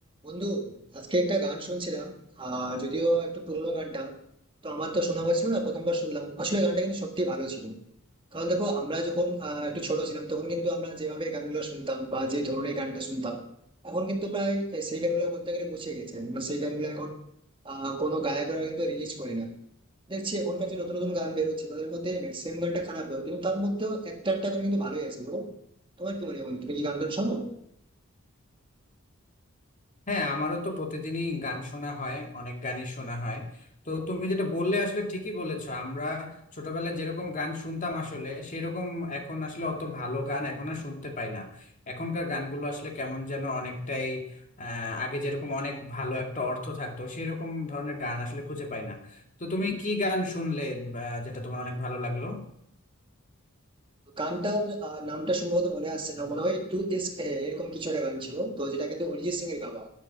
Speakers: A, on the right (about 25°); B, on the left (about 35°).
A: বন্ধু আজকে একটা গান শুনছিলাম আহ যদিও একটু পুরোনো গানটা তো আমার তো শোনা হয়েছিল না প্রথমবার শুনলাম আসলে গানটা কিন্তু সত্যি ভালো ছিল কারণ দেখো আমরা যখন আহ, একটু ছোট ছিলাম তখন কিন্তু আমরা যেভাবে গানগুলো শুনতাম বা যে ধরনের গানটা শুনতাম এখন কিন্তু প্রায় সেই গানগুলো বলতে গেলে মুছে গেছে মানে সেই গানগুলো এখন আহ কোনো গায়করা কিন্তু রিলিজ করে না দেখছি এখনকার যে নতুন নতুন গান বেরোচ্ছে তাদের মধ্যে ম্যাক্সিমাম গানটা খারাপ হয় কিন্তু তার মধ্যেও একটা একটা গান কিন্তু ভালোই আছে দেখো তোমার কি মনে হয় বন্ধু? তুমি কি গান টান শোনো
B: হ্যাঁ আমারও তো প্রতিদিনই গান শোনা হয় অনেক গানই শোনা হয় তো তুমি যেটা বললে আসলে ঠিকই বলেছো আমরা ছোটবেলায় যেরকম গান শুনতাম আসলে সেরকম এখন আসলে অত ভালো গান এখন আর শুনতে পাই না এখনকার গানগুলো আসলে কেমন যেন অনেকটাই আহ আগে যেরকম অনেক ভালো একটা অর্থ থাকতো সেরকম ধরনের গান আসলে খুঁজে পাই না তো তুমি কি গান শুনলে বা যেটা তোমার অনেক ভালো লাগলো
A: গানটার আহ, নামটা সম্ভবত মনে আসছে না মনে হয় টু দিস এরকম কিছু একটা গান ছিল তো যেটা কিন্তু অরিজিৎ সিং এর গাওয়া